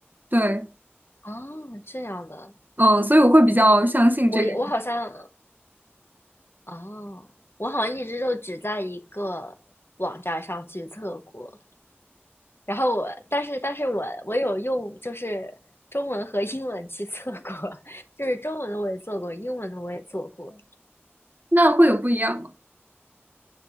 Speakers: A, on the right (about 45°); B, on the left (about 60°).
A: 对，
B: 啊，这样的，
A: 嗯，所以我会比较相信这个，
B: 我也我好像啊，我好像一直就只在一个网站上去测过，然后我，但是但是我我有用就是中文和英文去做过，<laughs> 就是中文的我也做过，英文的我也做过，
A: 那会有不一样吗？